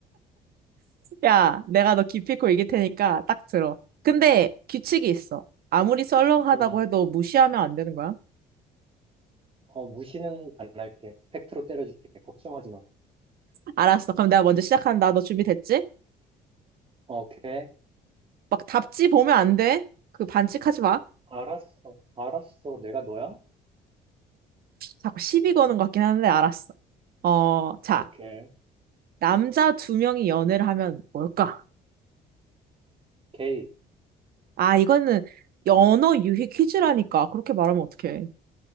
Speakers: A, on the right; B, on the right.
A: 야, 내가 너 기필코 이길 테니까 딱 들어. 근데 규칙이 있어. 아무리 썰렁하다고
B: 응,
A: 해도 무시하면 안 되는 거야.
B: 어, 무시는 안 할게. 팩트로 때려줄게. 걱정하지 마.
A: 알았어. 그럼 내가 먼저 시작한다. 너 준비됐지?
B: 오케이.
A: 막 답지 보면 안 돼. 그 반칙하지 마.
B: 알았어, 알았어. 내가 너야?
A: 자꾸 시비 거는 것 같긴 한데 알았어. 어, 자,
B: 오케이.
A: 남자 두 명이 연애를 하면 뭘까?
B: 게이.
A: 아, 이거는 연어 유희 퀴즈라니까. 그렇게 말하면 어떡해.